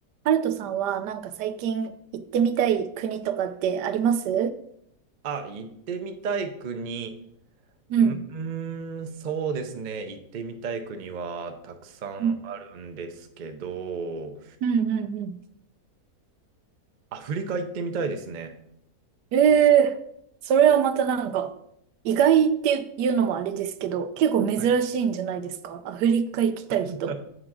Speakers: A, on the right (about 85°); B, on the right (about 45°).
A: ハルトさんはなんか最近行ってみたい国とかってあります
B: あ、行ってみたい国。
A: うん。
B: うーん、そうですね。行ってみたい国はたくさんあるんですけど、
A: うんうんうんうん。
B: アフリカ行ってみたいですね。
A: ええそれはまたなんか、意外っていうのもあれですけど、結構珍しいんじゃないですかアフリカ行きたい人。
B: はい。<laughs>